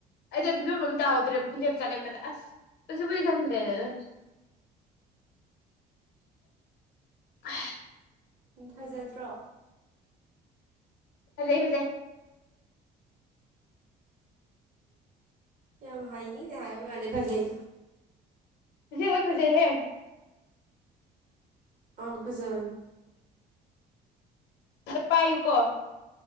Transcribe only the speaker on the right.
ꯐꯖꯗ꯭ꯔꯣ
ꯌꯥꯝ ꯍꯥꯏꯅꯤ ꯌꯥ ꯃꯥꯂꯦ ꯐꯖꯩ
ꯑ ꯐꯖꯕꯅꯤꯦ